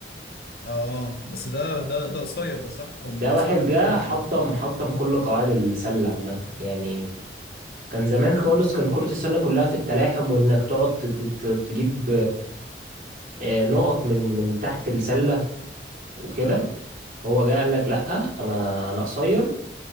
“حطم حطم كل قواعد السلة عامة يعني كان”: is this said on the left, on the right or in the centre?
Right